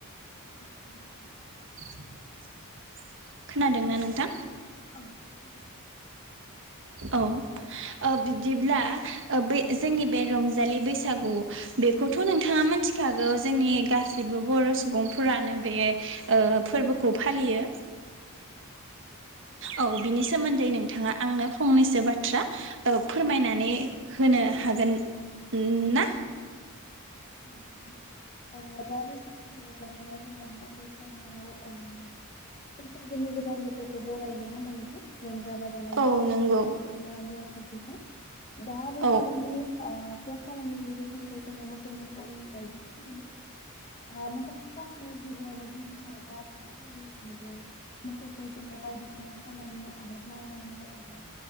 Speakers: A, on the left (about 35°); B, on the right (about 60°).
A: औ, मोनगोन।
B: <inaudible> खोनादोंना नोंथां?
A: औ, खोनादों।
B: औ ओ बिदिब्ला ओ बै जोंनि बे रंजालि बैसागु बे खौथ' नोंथाङा मिथिखागौ जोंनि गासिबो बर' सुबुंफोरानो बे ओ फोरबो खौ फालियो।
A: औ
B: औ बिनि सोमोन्दै नोंथाङा आंनो फंनैसो बाथ्रा ओ फोरमायनानै होनो हागोन ना?
A: औ नोंथां। ओ दा बैसागु होनोब्लाथ' जोंना बैसागुआव ओ बैसागोनि गोदान बोसोरखौ बरायो नङा होमबा नोंथां? रंजा-बाजानायजों
B: औ
A: लोगोसे
B: नंगौ
A: बायदिसिना नियम-खान्थिफ्रा दा बैसागोनि
B: औ
A: ओ संक्रान्थिनि दिनखौ जों मोसौनि सान बायदियै फालियो ओ‌ मो सानखौ गिबियावनो बुंनो थाङोब्ला होनोब मोसौखौ जोङो बायदिसिना खामानि आबाद मावनायाव एबा